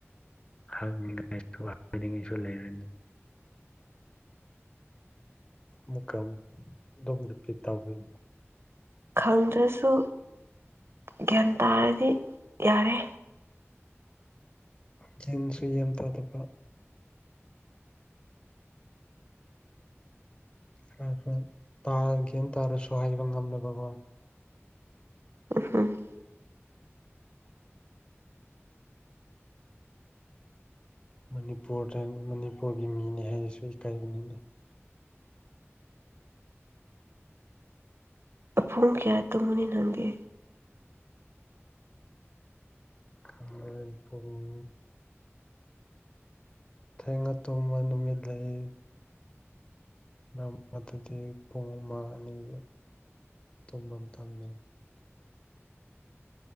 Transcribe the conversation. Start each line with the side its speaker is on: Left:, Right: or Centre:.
Left: ꯍꯥꯏꯅꯤꯡꯉꯥꯏꯁꯨ ꯍꯥꯏꯅꯤꯡꯉꯥꯏꯁꯨ ꯂꯩꯔꫭꯏꯅ‌ꯦ ꯑꯃꯨꯛꯀ ꯑꯗꯨꯝ ꯇꯧꯗꯣꯏꯅꯣ
Right: ꯈꯪꯗ꯭ꯔꯁꯨ ꯒ꯭ꯌꯥꯟ ꯇꯥꯔꯗꯤ ꯌꯥꯔꯦ
Left: ꯒꯌ꯭ꯥꯟꯁꯨ ꯌꯥꯝ ꯇꯥꯗꯕ ꯍꯣꯏ ꯍꯣꯏ ꯒꯌ꯭ꯥꯟ ꯇꯥꯔꯁꯨ ꯍꯥꯏꯕ ꯉꯝꯗꯕꯀꯣ
Right: ꯎꯝ ꯍꯝ
Left: ꯃꯅꯤꯄꯨꯔꯗ ꯃꯅꯤꯄꯨꯔꯒꯤ ꯃꯤꯅꯤ ꯍꯥꯏꯕꯁꯨ ꯏꯀꯥꯏꯕꯅꯤꯅꯦ
Right: ꯄꯨꯡ ꯀꯌꯥ ꯇꯨꯝꯃꯅꯤ ꯅꯪꯗꯤ
Left: ꯑꯩ ꯄꯨꯡ ꯊꯦꯡꯅ ꯇꯨꯝꯕ ꯅꯨꯃꯤꯠ ꯂꯩ ꯃꯔꯛ ꯃꯔꯛꯇꯗꯤ ꯄꯨꯡ ꯑꯃ ꯑꯅꯤꯒ ꯇꯨꯝꯕ ꯃꯇꯝꯁꯨ ꯂꯩ